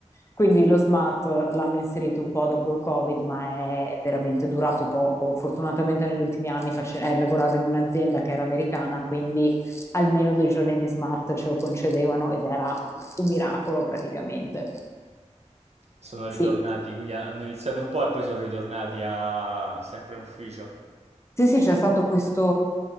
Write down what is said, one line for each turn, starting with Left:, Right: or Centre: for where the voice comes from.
Left: Quindi lo smart l'hanno inserito un po' dopo il Covid, ma è veramente durato poco. Fortunatamente negli ultimi anni face- eh, lavoravo in un'azienda che era americana, quindi almeno due giorni di smart ce lo concedevano ed era un miracolo praticamente.
Right: Sono
Left: Sì.
Right: ritornati, quindi hanno iniziato un po' e poi sono ritornati a... sempre in ufficio.
Left: Sì, sì, c'è stato questo